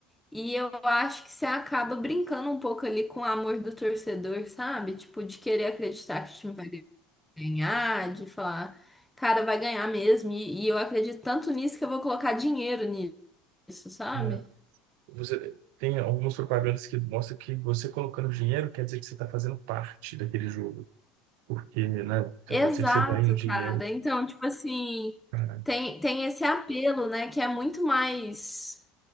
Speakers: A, in the centre; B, on the right (about 75°).
A: E eu acho que você acaba brincando um pouco ali com o amor do torcedor, sabe? Tipo, de querer acreditar que o time vai ganhar, de falar, cara, vai ganhar mesmo. E, e eu acredito tanto nisso que eu vou colocar dinheiro nisso, sabe?
B: é, você tem algumas propagandas que mostram que você colocando dinheiro quer dizer que você está fazendo parte daquele jogo. Porque, né,
A: Exato,
B: pode ser que você ganhe dinheiro.
A: cara. Então, tipo assim,
B: pra-
A: tem, tem esse apelo, né? Que é muito mais,